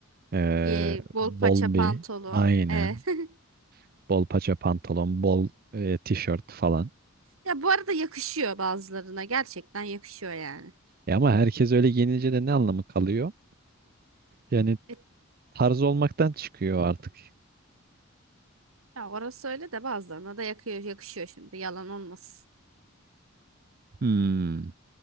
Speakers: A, on the right; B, on the right.
A: eee
B: Ee, bol
A: bol
B: paça pantolon.
A: bir aynen.
B: Evet. <laughs>
A: Bol paça pantolon, bol e, tişört falan.
B: Ya bu arada yakışıyor bazılarına. Gerçekten yakışıyor yani.
A: E ama herkes öyle giyinince de ne anlamı kalıyor? Yani
B: E,
A: tarz olmaktan çıkıyor artık.
B: ya orası öyle de bazılarına da yakıyor, yakışıyor şimdi. Yalan olmasın.
A: Hmm.